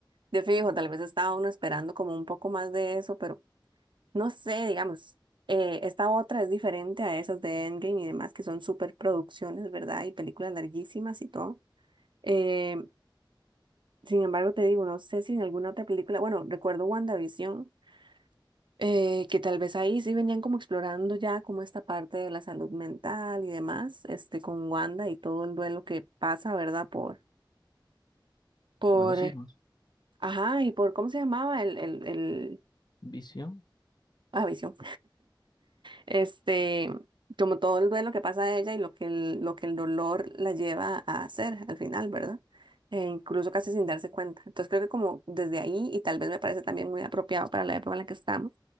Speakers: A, on the right; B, on the left.
A: De fijo, tal vez estaba uno esperando como un poco más de eso, pero no sé, digamos, eh, esta otra es diferente a esas de Endgame y demás, que son super producciones, ¿verdad? Y películas larguísimas y todo. Eh, sin embargo, te digo, no sé si en alguna otra película, bueno, recuerdo WandaVision, eh, que tal vez ahí sí venían como explorando ya como esta parte de la salud mental y demás, este, con Wanda y todo el duelo que pasa, ¿verdad? Por, por,
B: Por los hijos.
A: ajá, y por, ¿cómo se llamaba? El, el, el,
B: Visión.
A: ah, Visión Este, como todo el duelo que pasa a ella y lo que el, lo que el dolor la lleva a hacer al final, ¿verdad? E incluso casi sin darse cuenta. Entonces creo que como desde ahí, y tal vez me parece también muy apropiado para la época en la que estamos,